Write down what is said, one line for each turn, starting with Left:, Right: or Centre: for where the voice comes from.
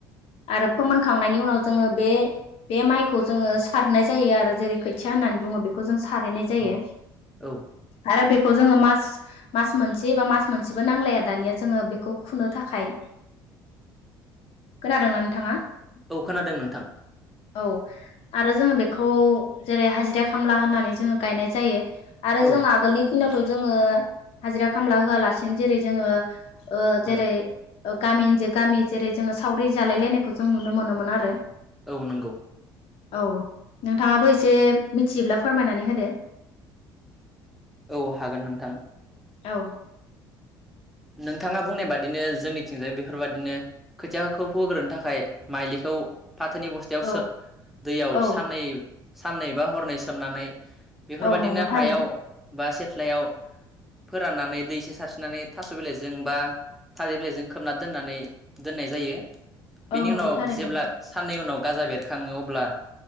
Left: आरो फोनखांनायनि उनाव जोङो बे बे माइखौ जोङो सारनाय जायो आरो जेरै खोथिया होननानै बुङो बेखौ जों गायनाय जायो
Centre: औ औ।
Left: आरो बेफ फोरखौ जोङो मास मास मोनसे बा मास मोनसेबो नांलाया दानिया जोङो बेख खौ खुनो थाखाय। खोनादोंना नोंथाङा
Centre: औ खोनादों नोंथां।
Left: औ आरो जोङो बेखौ जेरै हाजिरा खामला होननानै जोङो गायनाय जायो। आरो
Centre: औ
Left: जों आगोलनि दिनावथ' जोङो हाजिरा खामला होआलासिनो जेरै जोङो ओ
Centre: औ
Left: जेरै ओ गामिनिजों गामि जेरै जोङो सावरि जालायलायनायखौ जों नुनो मोनोमोन आरो।
Centre: औ नंगौ।
Left: औ नोंथाङाबो एसे मिथियोब्ला फोरमायनानै होदो।
Centre: औ हागोन नोंथां।
Left: औ।
Centre: नोंथाङा बुंनाय बादिनो जोंनिथिंजाय बेफोरबादिनो खोथियाखौ फोग्रोनो थाखाय माइलिखौ फाथोनि बस्थायाव
Left: औ
Centre: सो दैयाव
Left: औ
Centre: साननै साननै बा हरनै सोमनानै बेफोरबायादिनो
Left: औ नंगौ थारैनो
Centre: हायाव बा सेथ्लायाव फोराननानै दै एसे सारस्रिनानै थास' बिलाइजों बा थालिर बिलाइजों खोबना दोननानै दोननाय जायो। बेनि
Left: औ नंगौ
Centre: उनाव
Left: थारैनो
Centre: जेब्ला
Left: नोंथां।
Centre: साननै उनाव गाजा बेरखाङो अब्ला।